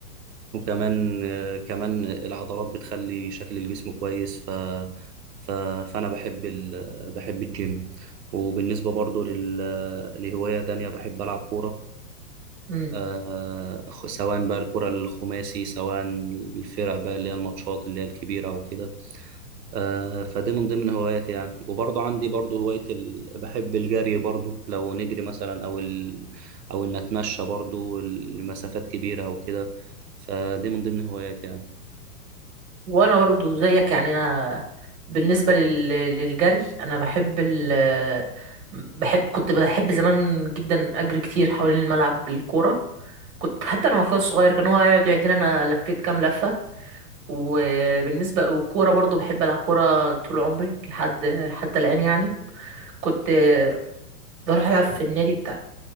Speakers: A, on the right; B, on the right.
A: وكمان آه، كمان العضلات بتخلي شكل الجسم كويس ف ف فأنا بحب ال بحب الجيم وبالنسبة برضو لل لهواية تانية بحب ألعب كورة
B: مم.
A: آه، خ- سواء بقى الكرة الخماسي سواء الفرق بقى اللي هي الماتشات اللي هي الكبيرة وكده آه، فدي من ضمن هواياتي يعني وبرضه عندي برضه هواية ال... بحب الجري برضه لو نجري مثلا أو ال... أو إن أتمشى برضه لمسافات كبيرة أو كده فدي من ضمن هواياتي يعني
B: وانا برضو زيك يعني انا بالنسبه لل... للجري انا بحب ال... آه، بحب كنت بحب زمان جدا اجري كتير حوالين الملعب بالكوره كنت حتى انا واخويا الصغير كان هو يقعد يعدينا انا لفيت كام لفه وبالنسبه والكوره برضو بحب العب كوره طول عمري لحد حتى الان يعني كنت آه، بروح العب في النادي بتاع